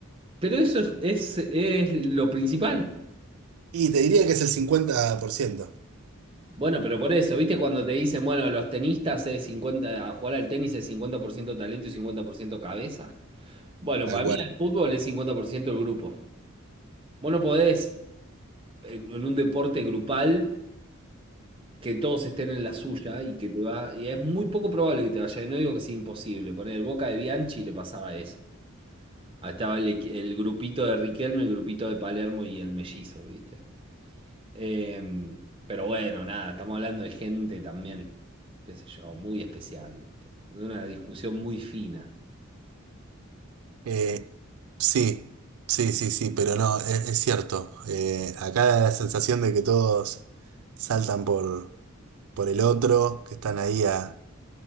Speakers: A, on the right (about 25°); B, on the right (about 85°).
A: Pero eso es, es es lo principal.
B: Y te diría que es el 50%,
A: Bueno, pero por eso, ¿viste cuando te dicen, bueno, los tenistas es 50, a jugar al tenis es 50% talento y 50% cabeza? Bueno,
B: tal
A: para
B: cual.
A: mí el fútbol es 50% el grupo. Vos no podés en, en un deporte grupal que todos estén en la suya y que te va, y es muy poco probable que te vaya, y no digo que sea imposible, poner el Boca de Bianchi le pasaba eso. Ahí estaba el, equi- el grupito de Riquelme, el grupito de Palermo y el mellizo, ¿viste? Em, pero bueno, nada, estamos hablando de gente también, qué sé yo, muy especial, ¿viste? De una discusión muy fina.
B: Eh, sí, sí, sí, sí, pero no, es, es cierto. Eh, acá da la sensación de que todos saltan por, por el otro, que están ahí a-